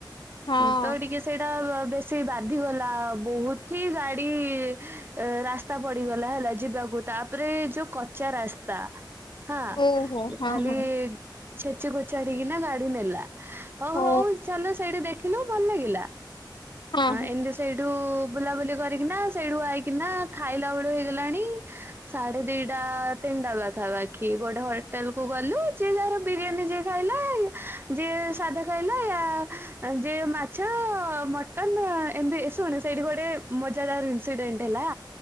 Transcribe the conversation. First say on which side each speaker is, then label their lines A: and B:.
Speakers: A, on the left (about 70°); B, on the right (about 25°).
A: ହଁ
B: ତ ଟିକେ ସେଇଟା ବେଶୀ ସେ ବାଧି ଗଲା ବହୁତ ହି ଗାଡି ରାସ୍ତା ରାସ୍ତା ପଡିଗଲା ହେଲା ଯିବାକୁ ତାପରେ ଯୋଉ କଚା ରାସ୍ତା। ହଁ
A: ଓହୋ ହଁ
B: ଖାଲି
A: ହଁ
B: ଛେଚି କୋଚାଡିକିନା ଗାଡି ନେଲା। ହଉ
A: ଓ
B: ହଉ ଚାଲ ସେଇଠି ଦେଖିଲୁ ଭଲ ଲାଗିଲା
A: ହଁ
B: ଏମିତି ସେଇଠୁ ବୁଲାବୁଲି କରିକିନା ସେଇଠୁ ଆଇକିନା ଖାଇଲା ବେଳ ହେଇଗଲାଣି ସାଢେ ଦିଟା ତିନିଟା ପାଖାପାଖି ଗୋଟେ ହୋଟେଲ କୁ ଗଲୁ ଯିଏ ଯାହାର ବିରିୟାନୀ ଯିଏ ଖାଇଲା ଯିଏ ସାଧା ଖାଇଲା ୟା ଯିଏ ମାଛ ମ ତ ଏମିତି ଶୁଣ ସେଇଠି ଗୋଟେ ମଜାଦାର ଇନ୍ସିଡେଣ୍ଟ ହେଲା